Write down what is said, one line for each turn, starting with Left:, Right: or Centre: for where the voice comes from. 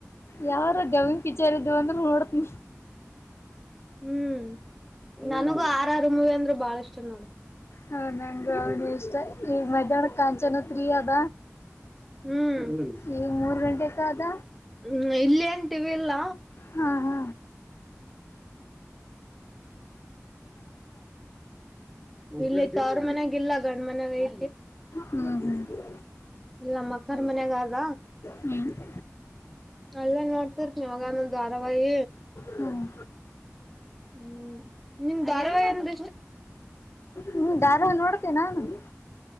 Left: ಯಾರ ಗಮ ಪಿಚಾರಿದ್ ಅಂದ್ರೆ ನೋಡತ್
Centre: ಹ್ಮ್ ನನಗೂ ಆರರುಮವಿ ಅಂದ್ರರು ಬಾಳ ಇಷ್ಟ ನೋಡ
Left: ಹೌದ ಹ ನೀ ಇಷ್ಟ ಈ ಮಧ್ಯಾಹ್ನ ಕಾಂಚನತ್ೀ ಅದ
Centre: ಹ್ಮ್
Left: ಈ ಮೂರು ಗಂಟೆ ಕಾದ
Centre: ಹ್ಮ್ ಇಲ್ಲಿ ಅಂತೀವಿ ಇಲ್ಲ
Left: ಹಾ ಹಾ
Centre: ಇಲ್ಲಿತ್ತು ಅವರ ಮನ್ಯಾಗಲ್ಲ ಗಂಡ ಮನ್ಾಗ ಐ
Left: ಹ್ಞೂ ಹ್ಞೂ
Centre: ಇಲ್ಲ ಮಕ್ಕರ್ ಮನ್ಾಗಾಗ
Left: ಹ್ಞೂ
Centre: ಎಲ್ಲ ನೋಡ್ತಿರ್ತಿ ಅವಾಗಾನೊಂದು್ ವಾರಾವಾಹಿ
Left: ಹ್ಮ್
Centre: ಹ್ಮ್ ನಿಮ್ ಧಾರವಾಡಿ ಅಂದ
Left: ಹ್ಞೂ ಧಾರಾವಾಹಿ ನೋಡ್ತೀನಿ ನಾನು